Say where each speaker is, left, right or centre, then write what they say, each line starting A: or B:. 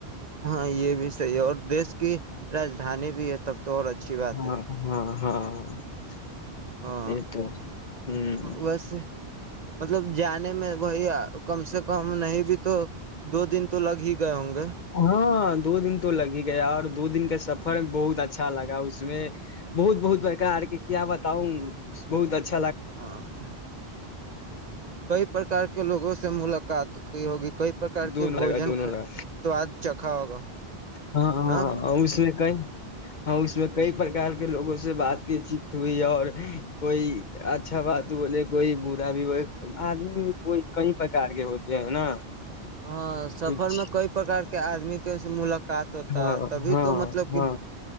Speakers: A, on the right; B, on the left.
A: ہاں یہ بھی صحیح ہے اور دیش کی رجدانی بھی ہے تب تو اور اچھی بات
B: ہاں
A: ہے
B: ہاں ہاں
A: ہاں
B: یہ تو ہوں
A: بس مطلب جانے میں بھائی کم سے کم نہیں بھی تو دو دن تو لگ ہی گئے ہوں گے
B: ہاں دو دن تو لگ ہی گیا اور دو دن کا سب بہت اچھا لگا اس میں بہت بہ برکارار کے کیا بتاؤں بہتچا
A: آ <inaudible> کئی پرکار کے لوگوں سے ملاقات کی ہوگی کئی پرکار
B: دونوں
A: کے بھوجن
B: لگا دونوں لگا
A: سواد چکھا ہوگا
B: ہاں ہاں
A: نا
B: ہ اس میں کئی ہاں اس میں کئی پرک کے کے لوگوں سے باتیں چیت ہوئی اور کوئی اچھا بات بولے کوئی برا بھی بولے آدمی کوئی کئی پرکار کے ہوتے ہے نا
A: ہاں سفر
B: کچھ
A: میں کئی پرار کے آدمی نس سے ملک <inaudible> قات ہوتا
B: ہاں
A: ہے تبھی
B: ہاں
A: تو مطلب
B: ہاں
A: کہ